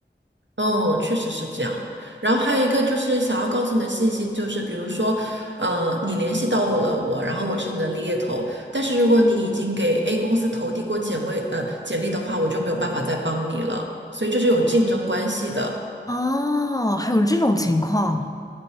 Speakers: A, on the right; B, on the left.
A: 哦，确实是这样。然后还有一个就是想要告诉你的信息，就是比如说，呃，你联系到我了，我，然后我是你的猎头，但是如果你已经给 A 公司投递过简历，呃，简历的话，我就没有办法再帮你了。所以这是有竞争关系的。
B: 哦，还有这种情况。